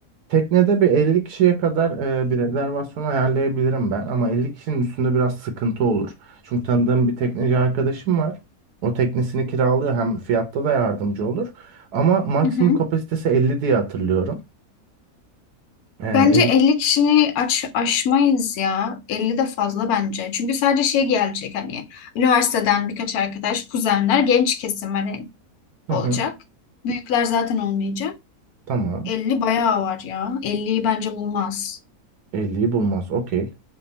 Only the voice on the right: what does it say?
Teknede bir 50 kişiye kadar e, bir rezervasyon ayarlayabilirim ben ama 50 kişinin üstünde biraz sıkıntı olur. Çünkü tanıdığım bir tekneci arkadaşım var. O teknesini kiralıyor hem fiyatta da yardımcı olur. Ama maksimum
kapasitesi 50 diye hatırlıyorum. E,
50...
Hı
hı,
tamam.
elliyi bulmaz. Okey.